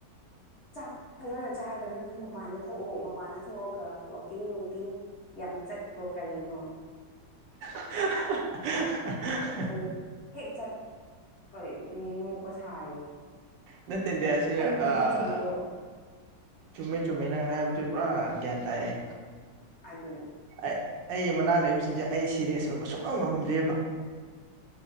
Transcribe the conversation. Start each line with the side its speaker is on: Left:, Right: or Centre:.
Left: ꯆꯥꯛ ꯐꯖꯅ ꯆꯥꯔꯒ ꯅꯪꯁꯨ ꯃꯄꯥꯟꯗ ꯊꯣꯛꯑꯣ ꯃꯄꯅ ꯊꯣꯛꯑꯒ ꯋꯥꯛꯀꯤꯡ ꯅꯨꯡꯀꯤꯡ ꯌꯥꯝ ꯆꯠꯈ꯭ꯔꯣ ꯀꯔꯤꯅꯣ
Right: <unintelligible> <unintelligible>
Left: ꯑꯗꯨ ꯍꯦꯛ ꯆꯠ ꯀꯔꯤ ꯅꯣꯛꯄ ꯁꯥꯔꯤ
Right: ꯅꯠꯇꯦꯗ ꯁꯤ
Left: ꯑꯩꯅ
Right: ꯑꯥ
Left: ꯍꯥꯏꯁꯦ ꯆꯨꯝꯗ꯭ꯔꯣ
Right: ꯆꯨꯝꯃꯦ ꯆꯨꯝꯃꯦ ꯅꯪ ꯍꯥꯏꯕꯗꯨ ꯄꯨꯔꯥ ꯒ꯭ꯌꯥꯟ ꯇꯥꯏꯑꯦ
Left: ꯑꯗꯨꯅꯤ
Right: ꯑꯩ ꯑꯩꯒꯤ ꯃꯅꯥꯛ ꯂꯩꯕꯁꯤꯡꯁꯦ ꯑꯩ ꯁꯤꯔꯤꯌꯁ ꯑꯣꯏꯕ ꯁꯨꯡꯅꯝ ꯉꯝꯗ꯭ꯔꯦꯕ